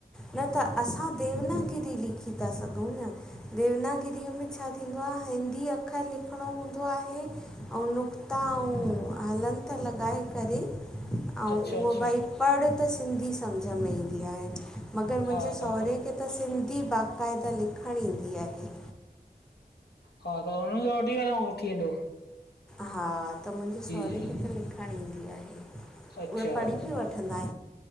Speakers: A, in the centre; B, on the left (about 85°).
A: न त असां देवनागिरी लिखी था सघूं न, देवनागिरीअ में छा थींदो आहे हिंदी अखर लिखिणो हूंदो आहे ऐं नुक्ता ऐं हलंत लॻाए करे, ऐं
B: अच्छा
A: उहो
B: अच्छा
A: भई पढ़ त सिंधी सम्झ में ईंदी आहे, मगरि मुंहिंजे
B: हा
A: सहुरे
B: त
A: खे त सिंधी बाक़- क़ाइदा लिखणु ईंदी आहे।
B: हा त उ हुनन खे वठी <unintelligible> वंदो
A: हा त मुंहिंजे सहुरे
B: जी
A: खे त लिखणु ईंदी आहे।
B: अच्छा
A: उहे पढ़ी बि वठंदा।